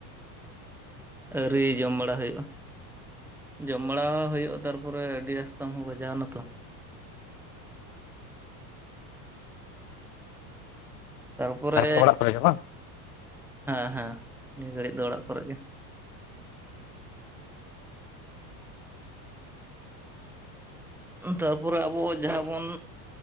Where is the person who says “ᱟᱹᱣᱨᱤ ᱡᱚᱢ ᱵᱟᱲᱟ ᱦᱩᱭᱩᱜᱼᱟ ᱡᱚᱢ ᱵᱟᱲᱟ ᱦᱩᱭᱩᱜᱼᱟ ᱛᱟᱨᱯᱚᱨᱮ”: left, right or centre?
Centre